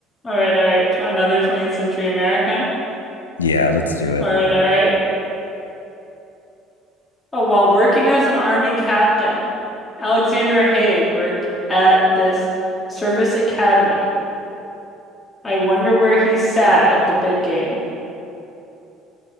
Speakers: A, on the left (about 25°); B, on the left (about 85°).
A: All right, all right. Tw another 20th century American.
B: Yeah, let's do it.
A: All right, all right. Oh, while working as an army captain, Alexander Haig worked at this service academy. I wonder where he sat at the big game.